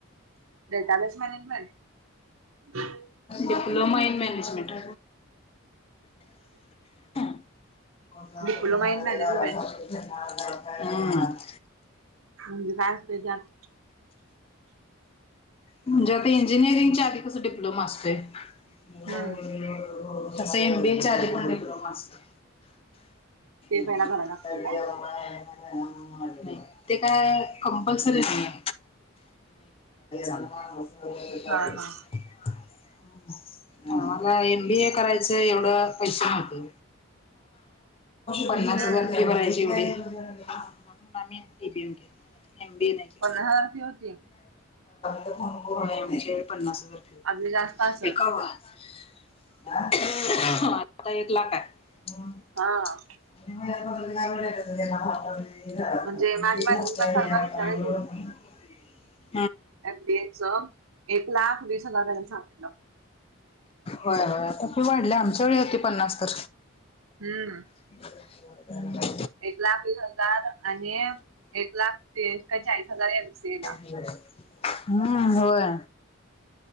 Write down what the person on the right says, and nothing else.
Database management?
Diploma in management
म्हणजे काय असते त्यात?
हम्म
ते
पहिला करायला लागते काय
हा हा
हम्म
पन्नास हजार फी होती
अजून जास्त
असेल
हा.
म्हणजे
माझी मैत्रीण पण परवा विचारायला एम बी ए चं एक लाख वीस हजार काय तर सांगितलं.
हम्म.
एक लाख वीस हजार आणि एक लाख तीस का चाळीस हजार एम सी ए ला.